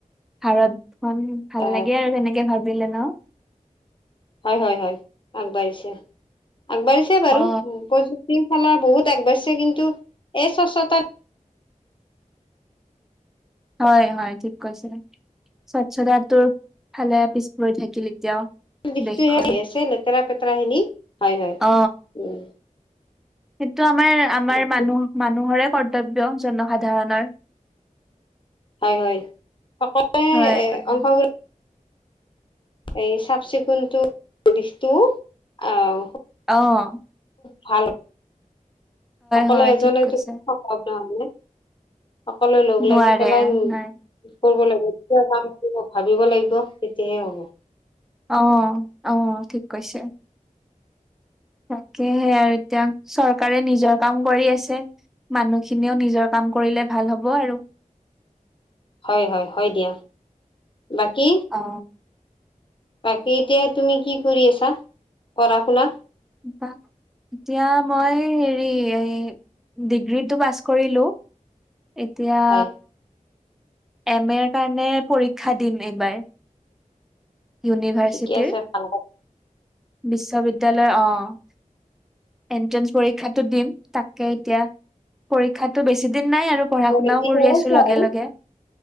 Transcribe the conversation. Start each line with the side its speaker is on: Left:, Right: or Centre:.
Centre: ভাৰত খন ভাল
Left: হয়
Centre: লাগে আৰু তেনেকে। কে ভাবিলে ন'?
Left: হয়- হয়-হয়, আগবাঢ়িছে -আগবাঢ়িছে বাৰু
Centre: অ
Left: প্রযু শৃংখলা বহুত আগবাঢ়ছে কিন্তু এই স্বচ্ছতা
Centre: হয়-হয় ঠিক কৈছে। স্বচ্ছতাটো ফালে পিছ পৰি থাকিল এতিয়াও।
Left: <unintelligible>
Centre: দেশখন
Left: আছে লেতেৰা -পেতেৰা খিনি হয়- হয়
Centre: অ
Left: উম।
Centre: সেইটো আমাৰ আমাৰ
Left: বাকী
Centre: মানুহ মানুহৰে কৰ্তব্য জনসাধাৰণৰ।
Left: হয়, হয় সকলোৱে
Centre: হয়, হয়।
Left: অংশগ্ৰহণ এই চাফ চিকুণত দিশটো আহ।
Centre: আহ।
Left: ভাল। অকলে
Centre: হয়,
Left: এজনে
Centre: ঠিক কৈছে।
Left: সম্ভৱ নহলে সকলো লগ
Centre: নোৱাৰে
Left: লাগি পেলাই।
Centre: নাই।
Left: কৰিব লাগিব কাম কৰিব ভাবিব লাগিব তেতিয়াহে হ'ব।
Centre: অ আহ ঠিক কৈছে। তাকেহে আৰু এতিয়া চৰকাৰে নিজৰ কাম কৰি আছে। মানুহ স খিনিও নিজৰ কাম কৰিলে ভাল হ'ব আৰু।
Left: হয়, হয়, হয় দিয়া। বাকী
Centre: অ।
Left: বাকী এতিয়া তুমি কি কৰি আছা, পঢ়া শুনা?
Centre: বা এতিয়া মই হেৰি এই ডিগ্ৰীটো পাছ কৰিলো। এতিয়া
Left: হয়
Centre: এম এ কাৰণে পৰীক্ষা দিম এইবাৰ। ইউনিভাৰ্চিটিৰ।
Left: ঠিকে আছে ভাল
Centre: বিশ্ববিদ্যালয় অ এনট্ৰেন্ঞ্চ পৰীক্ষাতটো দিম, তাকে এতিয়া পৰীক্ষাতো বেছি দিন নাই আৰু পঢ়া শুনাও
Left: হৈছে
Centre: কৰি আছো লগে
Left: আৰু
Centre: লগে।